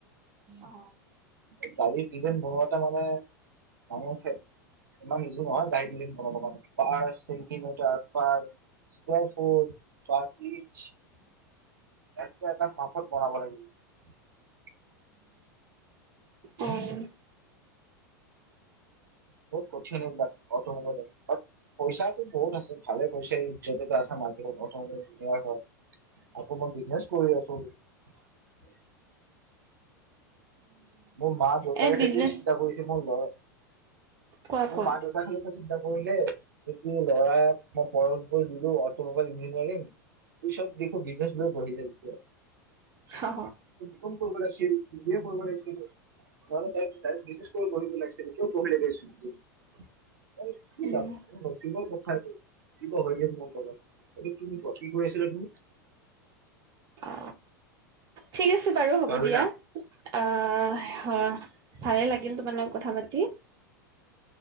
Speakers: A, on the right (about 40°); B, on the right (about 75°).
A: অ
B: এই গাড়ীৰ ডিজাইন বনোৱাতা মানে মানুহে ইমান ইজি নহয় গাড়ীৰ ডিজাইন বনাবৰ কাৰণে, per centimetre per square foot, per inch একটা একটা মাপত বনাব লাগিব।
A: উম
B: বহুত কঠিন এইবিলাক অটোমোবাইলত, পইচাটো বহুত আছে ভালে পইচাই যতে আছে মাৰ্কেটত অটোমবাইলৰ ডিলাৰ হয়, আকৌ মই বিজনেচ কৰি আছো। <unintelligible> মোৰ মা দেউতাই
A: এ
B: সেইটোৱে
A: বিজনেচ
B: চিন্তা কৰিছে মোৰ ল'ৰা
A: কোৱা
B: মোৰ
A: কোৱা
B: মা দেউতাৰ খালী কৈছে এইবিলাক কৰিলে জেতি ল'ৰাক মই পম কৰি দিলো অটমোবাইল ইঞ্জিনিয়াৰিং পিছত দেখো বিজনেছত বহি গ'ল কিয়?
A: অ
B: বি কম কৰিব লাগছিল, বি বি এ কৰিব লাগ ছিল নহ'লে ডাইৰেক্ট ডাইৰেক্ট বি ছেট কৰি পঢ়িব লাগিছিল কিয় পঢ়িলি <unintelligible> মই কি
A: উম
B: জানো মোৰ নচিবৰ কথা এইটো। কিবা হৈ গ'ল মোৰ লগত। এতিয়া তুমি কোৱা কি কৈ আছিলা তুমি?
A: অ ঠিক আছে বাৰু হ'ব
B: পাহৰিলা
A: দিয়া অ, হয় ভালে লাগিল তোমাল লগত কথা পাতি।